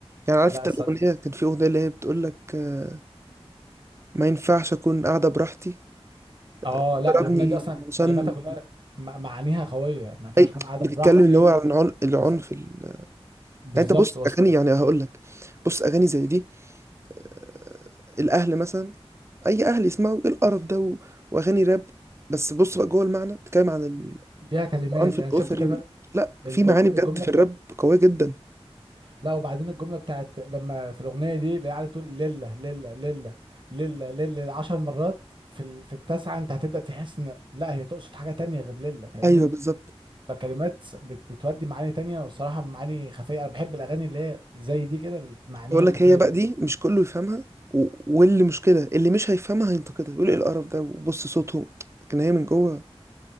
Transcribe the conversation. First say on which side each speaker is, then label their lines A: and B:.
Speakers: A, on the right; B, on the right.
A: يعني عارف
B: لا
A: انت الاغنية كان في اغنية اللي هي بتقول لك آه، ما ينفعش اكون قاعده براحتي
B: اه
A: لا
B: لا الاغنيه
A: ضربني
B: دي اصلا
A: عشان
B: كلماتها كلها م- معانيها قويه ما ينفعش
A: اي
B: اكون قاعده
A: بتتكلم
B: براحتي
A: اللي هو عن العن- العنف
B: وص...
A: ال... يعني
B: بالظبط
A: انت بص
B: وص...
A: اغاني يعني هقول لك بص اغاني زي دي آه، الاهل مثلا اي اهل يسمعوا ايه القرف ده و... واغاني راب بس بص بقى جوه المعنى بتتكلم عن
B: ل- ليها كلمات
A: العنف الاسري
B: يعني شفت كلمه
A: وال... لا
B: الجمله
A: في معاني بجد
B: الجمله
A: في الراب قويه جدا
B: لا وبعدين الجمله بتاعت لما في الاغنيه دي اللي قاعده تقول لله لله لله لله لله 10 مرات في ال... في التاسعه انت هتبدا تحس ان لا هي تقصد حاجه تانية غير لله فاهمني
A: ايوه بالظبط
B: فكلمات بت... بتودي معاني تانية وصراحه معاني خفيه انا بحب الاغاني اللي هي زي دي كده اللي معانيها
A: بقول
B: خفيه
A: لك هي بقى
B: دي
A: دي مش كله يفهمها و... واللي مشكله اللي مش هيفهمها هينتقدها يقول ايه القرف ده وبص صوتهم لكن هي من جوه